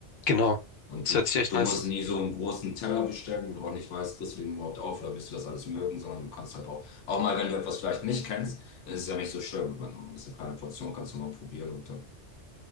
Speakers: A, on the left; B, on the left.
A: Genau,
B: Und
A: das
B: du,
A: hört sich echt
B: du
A: nice
B: musst
A: an.
B: nie so einen großen Teller bestellen, wo du auch nicht weißt, kriegst du den überhaupt auf oder wirst du das alles mögen, sondern du kannst halt auch, auch mal, wenn du etwas vielleicht nicht kennst, dann ist es ja nicht so schlimm. Wenn du ein bisschen kleine Portion kannst du mal probieren und dann,